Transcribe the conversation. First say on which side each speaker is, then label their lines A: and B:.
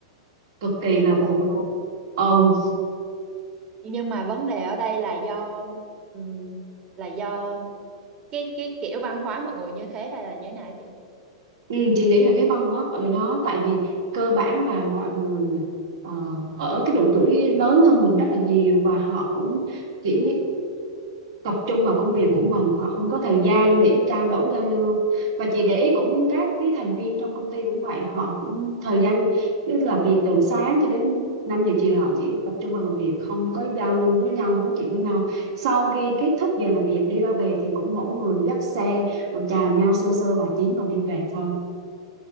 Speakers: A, on the right (about 70°); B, on the right (about 35°).
A: cực kỳ
B: trời
A: là
B: đất
A: buồn
B: ơi
A: luôn ừ
B: nhưng mà vấn đề ở đây là do ừm, là do cái cái kiểu văn hóa mọi người như thế hay là như thế nào á chị
A: Ừ, chị nghĩ là cái văn hóa ở đó tại vì cơ bản là mọi người ờ, ở cái độ tuổi lớn hơn mình rất là nhiều và họ cũng chỉ tập trung vào công việc của mình họ không có thời gian để trao đổi giao lưu và chị để ý cũng các cái thành viên trong công ty cũng vậy họ cũng thời gian tức là việc từ sáng cho đến 5 giờ chiều họ chỉ tập trung vào làm việc không có giao lưu với nhau nói chuyện với nhau sau khi kết thúc giờ làm việc đi ra về thì cũng mỗi người dắt xe rồi chào nhau sơ sơ vài tiếng rồi đi về thôi